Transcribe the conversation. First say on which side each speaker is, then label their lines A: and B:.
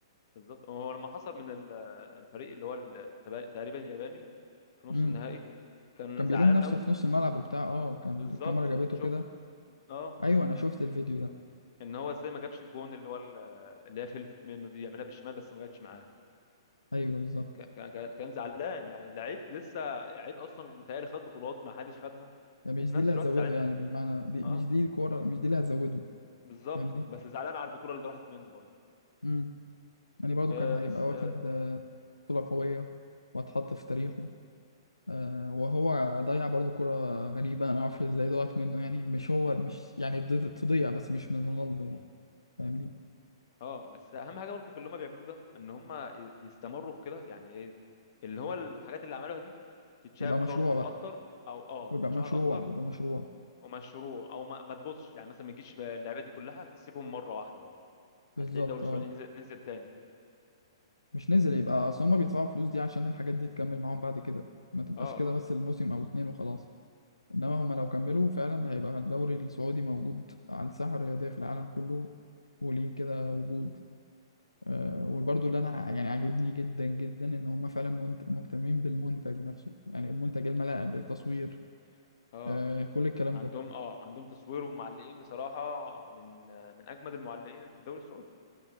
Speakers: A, on the left; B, on the left.
A: بالظبط هو لما خسر من ال- الفريق اللي هو ال- تبا- تقريبا الياباني في نص
B: امم
A: النهائي كان
B: كان
A: زعلان
B: بيلوم نفسه
A: قوي
B: في نص الملعب وبتاع اه كان
A: بالظبط
B: الكاميرا جابته
A: شفت
B: كده
A: اه
B: ايوه انا شفت الفيديو ده
A: ان هو ازاي ما جابش الجون اللي هو ال- اللي هي فلتت منه دي يعملها بالشمال بس ما جاتش معاه
B: ايوه بالظبط
A: ك- ك- ك- كان زعلان يعني لعيب لسه لعيب اصلا متهيألي خد بطولات ما حدش خدها
B: يعني
A: وفي
B: مش دي
A: نفس
B: اللي هتزوده
A: الوقت زعلان
B: يعني بالمعنى دي مش
A: اه
B: دي الكوره مش دي اللي هتزوده
A: بالظبط
B: فاهمني
A: بس زعلان على البطولة اللي راحت منه برضه
B: امم يعني برضو
A: آه
B: كان هيبقى
A: بس آه،
B: واخد آه، بطوله قويه وهتحط في تاريخه آه وهو ضيع برضو كرة غريبة أنا معرفش ازاي ضاعت منه يعني مش هو مش يعني ضد- تضيع بس مش من رونالدو يعني فاهمني
A: اه بس اهم حاجه برضو في اللي هم بيعملوه ده ان هم ي- يستمروا في كده يعني ايه اللي هو الحاجات اللي عملوها دي تتشاف
B: يبقى مشروع
A: برضو
B: بقى
A: اكتر او اه
B: ويبقى
A: بتتشهر
B: مشروع
A: اكتر
B: يبقى مشروع
A: ومشروع او ما, ما تبصش يعني مثلا ما تجيش اللعيبه دي كلها تسيبهم مره واحده برضو
B: بالظبط
A: هتلاقي الدوري السعودي
B: اه
A: نزل نزل تاني
B: مش نزل يبقى اصل هما بيدفعوا فلوس دي عشان الحاجات دي تكمل معاهم بعد كده ما تبقاش
A: اه
B: كده بس الموسم او اتنين وخلاص انما هما لو كملوا فعلا هيبقى الدوري السعودي موجود على الساحة الرياضية في العالم كله وليه كده وجود أه وبرضو اللي انا ع- يعني عاجبني جدا جدا ان هما فعلا منت- مهتمين بالمنتج نفسه يعني المنتج الملاعب التصوير
A: اه
B: أه كل الكلام
A: عندهم
B: ده
A: اه عندهم تصوير ومعلقين بصراحه من آه، من اجمد المعلقين اللي في الدوري السعودي